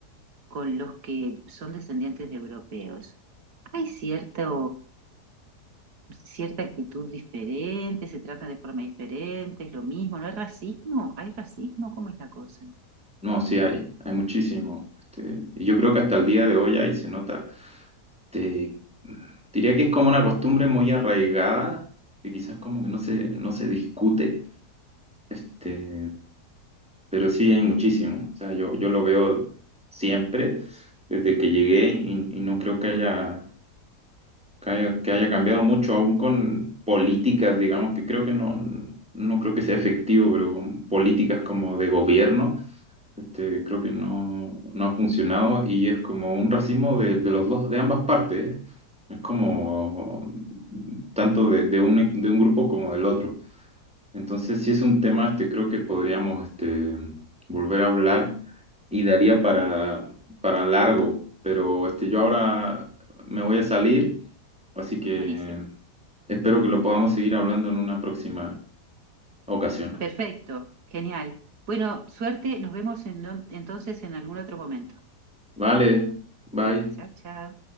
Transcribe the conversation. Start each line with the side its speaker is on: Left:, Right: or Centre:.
Right: con los que son descendientes de europeos? ¿Hay cierta cierta actitud diferente? ¿Se trata de forma diferente? ¿Es lo mismo? ¿No hay racismo? ¿Hay racismo? ¿Cómo es la cosa?
Centre: no, sí hay, hay muchísimo. Este, y yo creo que hasta el día de hoy ahí se nota. Este, diría que es como una costumbre muy arraigada, que quizás como que no se, no se discute, este, pero sí hay muchísimo. O sea, yo, yo lo veo siempre desde que llegué y, y no creo que haya que haya, que haya cambiado mucho, aún con políticas, digamos, que creo que no, no creo que sea efectivo, pero con políticas como de gobierno, este, creo que no, no ha funcionado y es como un racismo de, de los dos, de ambas partes, ¿eh? Es como tanto de, de un, de un grupo como del otro. Entonces, si es un tema, este, creo que podríamos, este, volver a hablar y daría para, para largo, pero este, yo ahora me voy a salir. Así que
Right: Buenísimo.
Centre: espero que lo podamos seguir hablando en una próxima ocasión.
Right: Perfecto. Genial. Bueno, suerte. Nos vemos en- entonces en algún otro momento.
Centre: Vale, bye.
Right: Chao, chao.